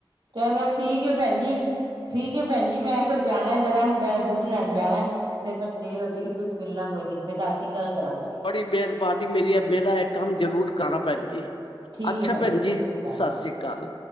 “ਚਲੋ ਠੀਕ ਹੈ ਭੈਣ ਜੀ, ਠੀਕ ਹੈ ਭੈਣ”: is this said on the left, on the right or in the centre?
Right